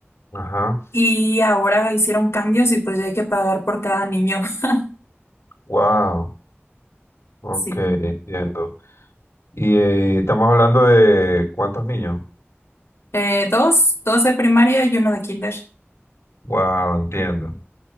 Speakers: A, on the left; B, on the left.
A: Ajá,
B: y ahora hicieron cambios y pues ya hay que pagar por cada niño. <laughs>
A: wow, ok,
B: Sí.
A: entiendo. Y eh, estamos hablando de cuántos niños.
B: Eh, dos, dos de primaria y uno de kinder.
A: Wow, entiendo.